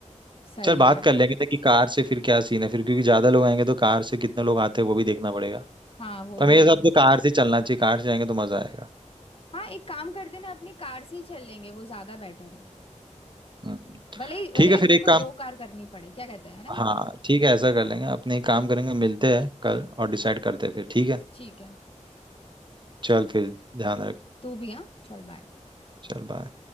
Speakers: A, on the left; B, on the right.
A: सही
B: चल बात
A: है
B: कर लेंगे कि कार से फिर क्या सीन है फिर क्योंकि ज्यादा लोग आएंगे तो कार से कितने लोग आते हैं वो भी देखना पड़ेगा
A: हाँ वो
B: पर
A: भी
B: मेरे
A: है
B: हिसाब से तो कार से चलना चाहिए कार से जाएंगे तो मजा आएगा
A: हाँ एक काम करते ना अपनी कार से ही चल लेंगे वो ज्यादा बेटर है
B: हम्म।
A: भले ही
B: ठीक
A: भले
B: है
A: ही अपने
B: फिर एक
A: को
B: काम
A: दो कार करनी पड़े क्या कहते हैं है ना
B: हाँ ठीक है ऐसा कर लेंगे अपने एक काम करेंगे मिलते हैं कल और डिसाइड करते हैं फिर ठीक है
A: ठीक है
B: चल फिर ध्यान रख
A: तू भी हाँ चल बाय
B: चल बाय